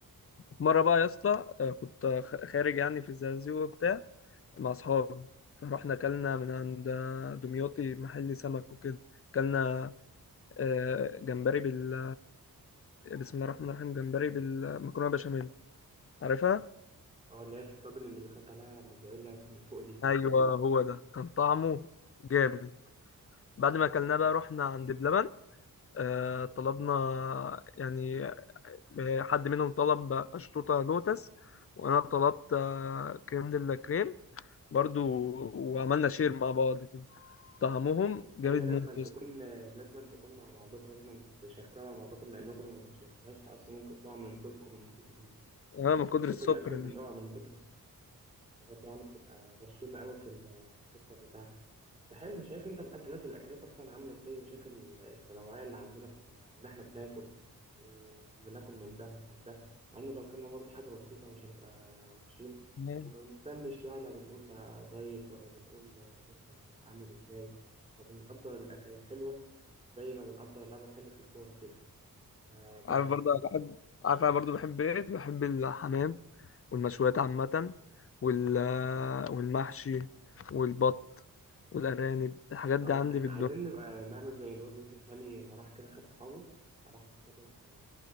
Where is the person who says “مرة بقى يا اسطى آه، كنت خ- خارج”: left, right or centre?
Left